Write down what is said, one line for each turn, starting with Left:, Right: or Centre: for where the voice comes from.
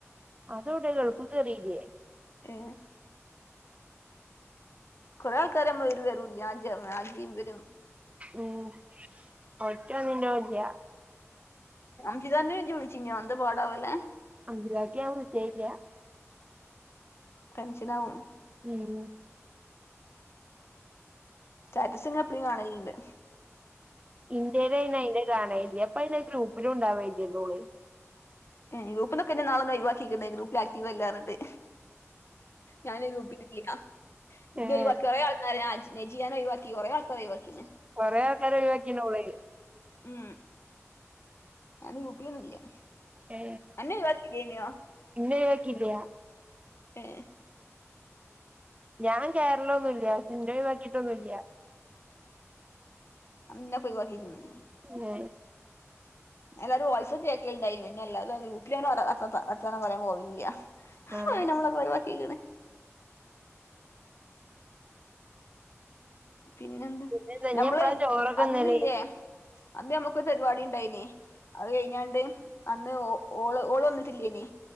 Right: അത് എവിടെ ഗൾഫിൽ കേറില്ലേ
Left: ഏ കൊറെ ആൾക്കാരെ നമ്മൾ ഒരു വിവരം ഇല്ല <unintelligible>
Right: ഉം ഒറ്റ ഒന്നിന്റേം ഇല്ല
Left: അജിതന്ന വിളിചിനോ എന്ത പാടാവല്ലെ
Right: അിലഗക്ക് ഞാൻ വിളിച്ചലില്ല
Left: കൺഷനാവും
Right: ഉം
Left: സ്റ്റാറ്റസ്ങ് എപ്പളും കാണലുണ്ട്
Right: ഇന്റെൽ അയ്ൻ അതിന്റെ കാണൽ ഇല്ല ഇപ്പൊ അത് ഗ്രൂപ്പിലും ഉണ്ടാവലില്ല ഓൾ
Left: ഏ ഗ്രൂപ്പിന്ന് ഇന്നാൾ ഒഴിവാക്കിക്കുണ് ഗ്രൂപ്പിൽ ആക്റ്റീവ് അല്ല എന്നിട്ട് ഞാൻ ഈ ഗ്രൂപ്പിന്റെ കീയിലാ
Right: ഏഹ്
Left: പിന്നെ കുറെ ആൾക്കാരെ നജിയാനെ ഒഴിവാക്കി കുറെ ആൾക്കാരെ ഒഴിവാക്കിണ്
Right: കുറെ ആൾക്കാരെ ഒഴിവാക്കീണ് ഓള്
Left: ഉം ഞൻ ഗ്രൂപിലും ഒന്നുല്ല
Right: ഏ
Left: അന്നേ ഒഴിവാക്കി ഇല്ലായ്‌നോ
Right: ഇന്നെ ഒഴിവാക്കിയില്ല
Left: ഏ
Right: ഞാൻ കേറൽ ഒന്നുല്ല ഇന്നെ ഒഴിവാക്കിയിട്ട് ഒന്നുല്ല
Left: അന്നെക്കെ ഒയിവാക്കിട്ട് ഇണ്ടാവും
Right: എ
Left: എല്ലാരെ വോയിസ് കേൾക്കൽ ണ്ടായിരുന്നു ഗ്രൂപ്പിൽഞാൻ വല്ലാതെ വർത്താനം പറയാൻ പോവലില്ല
Right: ആഹ്
Left: ഹ നമ്മളെ ഒക്കെ ഒഴിവാകിക്ക്ണ് പിന്നെന്ത്
Right: പിന്നെന്താ ഇഞ്ഞ്
Left: ഞമ്മള്
Right: എപ്പളാ ചോറൊക്കെ
Left: അന്നില്ലേ
Right: തിന്നല്
Left: അന്ന് നമുക്കൊരു പരിപാടി ഉണ്ടായിന് അത് കഴിഞ്ഞാണ്ട് അന്ന് ഓ ഓള് ഓള് വന്നിട്ടില്ലേയ്ന്